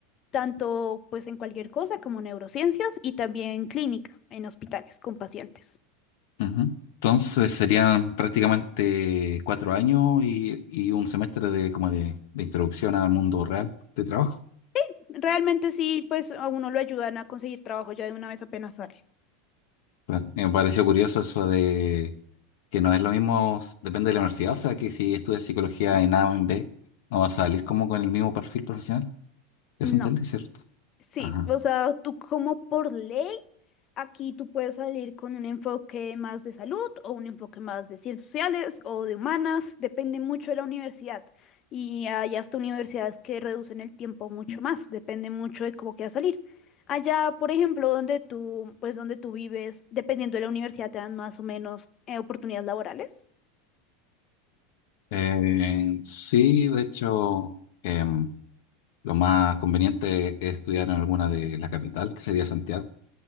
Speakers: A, on the left; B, on the left.
A: tanto pues en cualquier cosa como neurociencias y también clínica en hospitales con pacientes.
B: Ujú. Entonces serían prácticamente cuatro años y, y un semestre de como de, de introducción al mundo real de trabajo.
A: Es- Realmente sí, pues a uno lo ayudan a conseguir trabajo ya de una vez apenas sale.
B: Claro. Me pareció curioso eso de que no es lo mismo, s- depende de la universidad, o sea que si estudias psicología en A o en B, no vas a salir como con el mismo perfil profesional. Eso
A: No.
B: entendí, ¿cierto?
A: Sí,
B: Ajá.
A: o sea, tú como por ley, aquí tú puedes salir con un enfoque más de salud o un enfoque más de ciencias sociales o de humanas, depende mucho de la universidad. Y hay hasta universidades que reducen el tiempo mucho más, depende mucho de cómo quieras salir. Allá, por ejemplo, donde tú, pues donde tú vives, dependiendo de la universidad, te dan más o menos eh, oportunidades laborales.
B: Eh, sí, de hecho. em, Lo más conveniente es estudiar en alguna de la capital, que sería Santiago.